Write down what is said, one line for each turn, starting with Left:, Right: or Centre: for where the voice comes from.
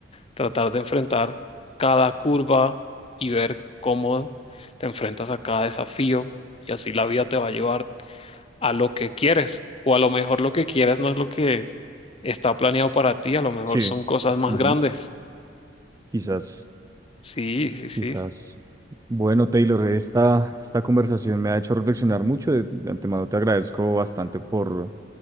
Left: Tratar de enfrentar cada curva y ver cómo te enfrentas a cada desafío y así la vida te va a llevar a lo que quieres. O a lo mejor lo que quieres no es lo que está planeado para ti, a lo mejor
Right: sí.
Left: son cosas más
Right: Ujú.
Left: grandes.
Right: Quizás,
Left: Sí, sí, sí.
Right: quizás. Bueno, Taylor, esta, esta conversación me ha hecho reflexionar mucho. De, de antemano te agradezco bastante por,